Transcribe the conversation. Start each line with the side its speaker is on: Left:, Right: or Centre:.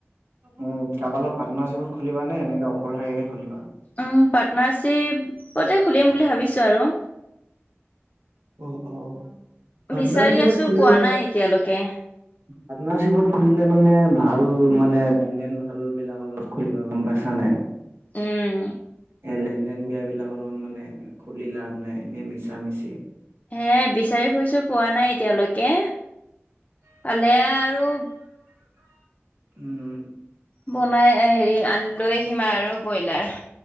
Right: উম কাৰবালত পাটনাৰশ্বিপত খুলিবা নে এনেকে অকলশৰীয়াকে খুলিবা।
Left: উম পাৰ্টনাৰশ্বিপতে খুলিম বুলি ভাবিছো আৰু।
Right: অ' অ' পটনাৰচিপত
Left: বিচাৰি আছো
Right: খুলিলে।
Left: পোৱা নাই এতিয়ালৈকে।
Right: পাটনাৰচিপত খুলিলে মানে ভাল মানে লেন দেন ভাল বিলাকৰ লগত খুলিবা গম পাইছা নাই।
Left: উম,
Right: এলে এ লেন বিলাকৰ লগত মানে খুলি লাভ নাই এনে মিছা মিছি
Left: হে বিচাৰি ফুৰিছো পোৱা নাই। এতিয়ালৈকে পালে আৰু
Right: উম
Left: বনাই হেৰি আনি লৈ আহিম আৰু ব্ৰইলাৰ